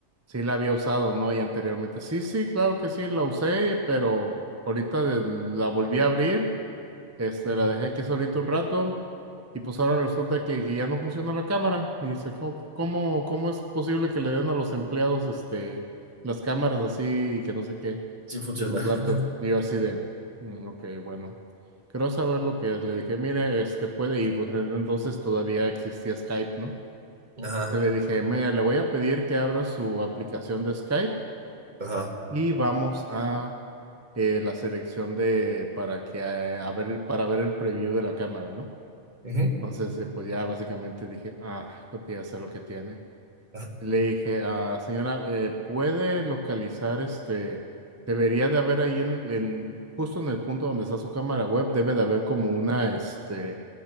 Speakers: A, on the right; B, on the right.
A: sí la había usado, ¿no? Y anteriormente, sí, sí, claro que sí, la usé, pero ahorita de- la volví a abrir, este,
B: ujú.
A: la dejé aquí solita un rato y pues ahora resulta que, que ya no funciona la cámara. Y dice, ¿cómo, cómo, cómo es posible que le den a los empleados este las cámaras así y que no sé qué
B: Sí funciona.
A: de sus laptops?
B: <laughs>
A: Y yo así de, "Mm, ok, bueno, quiero saber lo que es. Le dije, mire, este puede, y pues en- entonces todavía existía Skype, ¿no?
B: Ajá.
A: Entonces le dije, mire, le voy a pedir que abra su aplicación de Skype
B: Ajá.
A: y vamos a eh, la selección de para que eh, a ver, para ver el preview de la cámara, ¿no?
B: Ujú,
A: Entonces, sí, pues ya básicamente dije, ah, creo que ya sé lo que tiene.
B: ajá,
A: Le dije, ah, señora, eh, ¿puede localizar este? Debería de haber ahí en, en- justo en el punto donde está su cámara web, debe de haber como una, este,